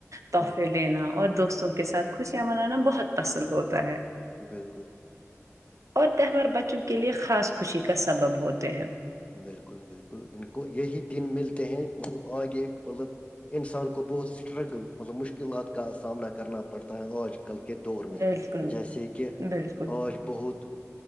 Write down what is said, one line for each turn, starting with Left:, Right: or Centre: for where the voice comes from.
Right: تحفے
Left: ہاں
Right: لینا اور دوستوں کے ساتھ خوشیاں منانا بہت پسند ہوتا ہے
Left: بالکل
Right: اور تہوار بچوں کے لیے خاص خوشی کا سبب ہوتے ہیں
Left: بالکل بالکل ان کو یہی دن ملتے ہیں مطلب آگے ملب انسان کو بہت اسٹرگل مطلب مشکلات کا سامنا کرنا پڑتا ہے آج کل کے دور میں
Right: بالکل
Left: جیسے کہ
Right: بالکل
Left: آج بہت